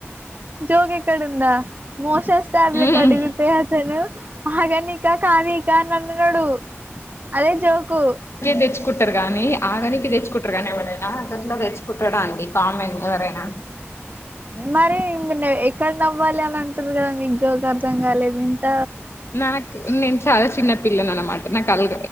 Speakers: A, on the right; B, on the left.
A: జోక్ ఎక్కడుంద మోషస్ ట్యాబ్లేెట్
B: హ్మ్
A: అడిగితే ను ఆగనీకా కానిక అన్నడు అదే జోకు
B: తెచ్చుకుంటరు గాని ఆగనికి తెచ్చుకుంటరు కాని ఎవడైనా దాంట్లో తెచ్చుకుంటడా అండి కామెన్ ఎవరైనా
A: మరి ఎక్కడ నవ్వాలి అని అంటారు కదా మీం జోక్ అర్థం కాలేదు ఇంక
B: నాకు నేను చాలా చిన్న పిల్లను అన్నమాట నాకు అలు